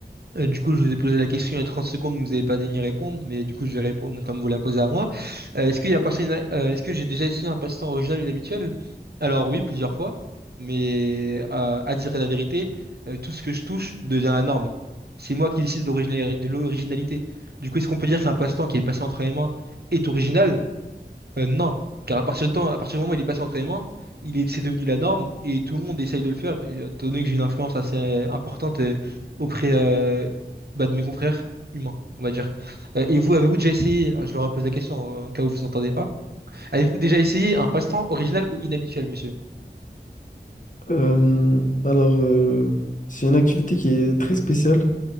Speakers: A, on the right; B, on the left.
A: Euh, du coup, je vous ai posé la question il y a 30 secondes, mais vous n'avez pas daigné répondre, mais du coup, je vais répondre comme vous la posez à moi. Euh, est-ce qu'il y a un passe- euh, est-ce que j'ai déjà essayé un passe-temps original ou inhabituel? Alors oui, plusieurs fois, mais euh, à dire la vérité, euh, tout ce que je touche devient la norme. C'est moi qui décide de l'originali- de l'originalité. Du coup, est-ce qu'on peut dire qu'un passe-temps qui est passé entre mes mains est original? Euh, non, car à partir du temps, à partir du moment où il est passé en entraînement, il est, c'est devenu la norme et tout le monde essaye de le faire. Et, euh, Étant donné que j'ai une influence assez euh, importante euh, auprès euh, bah, de mes confrères humains, on va dire. Euh, et vous, avez-vous déjà essayé, alors, je leur pose la question en cas où vous entendez pas, avez-vous déjà essayé un passe-temps original ou inhabituel, monsieur?
B: Euh, alors, euh, c'est une activité qui est très spéciale,